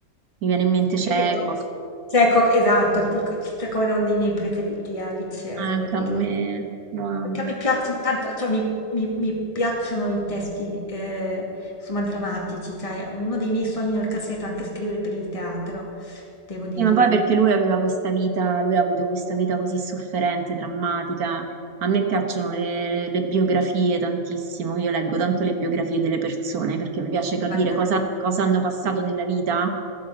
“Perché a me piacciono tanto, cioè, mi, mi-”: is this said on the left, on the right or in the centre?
Left